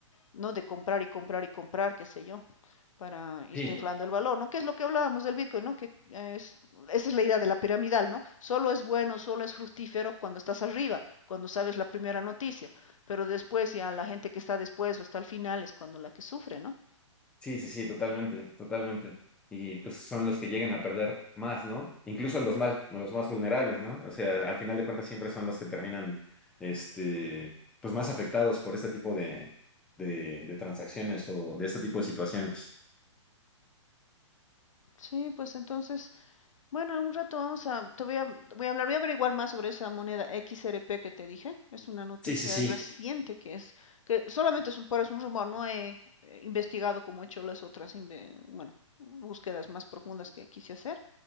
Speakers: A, on the left (about 80°); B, in the centre.
A: ¿no? De comprar y comprar y comprar, qué sé yo, para irse
B: Sí.
A: inflando el valor, ¿no? Que es lo que hablábamos del Bitcoin, ¿no? Que es, esa es la idea de la piramidal, ¿no? Solo es bueno, solo es fructífero cuando estás arriba, cuando sabes la primera noticia, pero después ya la gente que está después o está al final es cuando la que sufre, ¿no?
B: Sí, sí, sí, totalmente, totalmente. Y pues son los que llegan a perder más, ¿no? Incluso los más, los más vulnerables, ¿no? O sea, al final de cuentas siempre son los que terminan, este, pues más afectados por este tipo de, de, de transacciones o de este tipo de situaciones.
A: Sí, pues entonces Bueno, algún rato vamos a, te voy a, voy a hablar, voy a averiguar más sobre esa moneda XRP que te dije. Es una noticia
B: Sí, sí, sí,
A: reciente que es, que solamente es un, pero es un rumor, no he eh, investigado como he hecho las otras, inve- bueno, búsquedas más profundas que quise hacer.